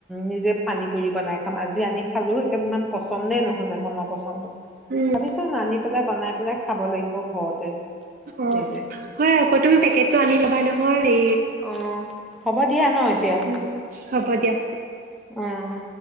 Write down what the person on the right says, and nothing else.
উম,
অ
হয় আকৌ তুমি পেকেট টো আনি ল'বা নহয় হেৰি
উম হ'ব দিয়া